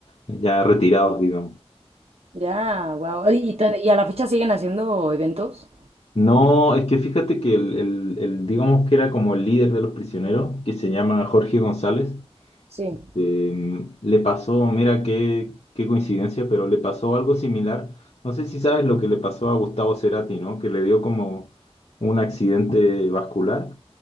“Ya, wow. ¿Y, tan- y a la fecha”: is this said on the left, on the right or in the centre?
Right